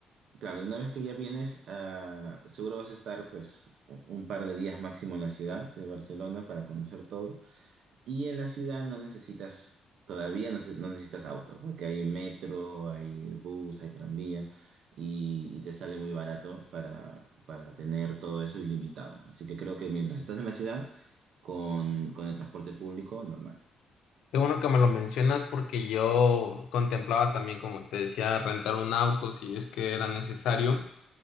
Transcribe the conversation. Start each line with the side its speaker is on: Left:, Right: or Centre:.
Right: Claro, una vez que ya vienes, ah, seguro vas a estar pues u- un par de días máximo en la ciudad de Barcelona para conocer todo. Y en la ciudad no necesitas, todavía no, se- no necesitas auto, porque hay metro, hay bus, hay tranvía y, y te sale muy barato para, para tener todo eso ilimitado. Así que creo que mientras estás en la ciudad, con, con el transporte público, normal.
Left: Qué bueno que me lo mencionas porque yo contemplaba también, como te decía, rentar un auto si es que era necesario,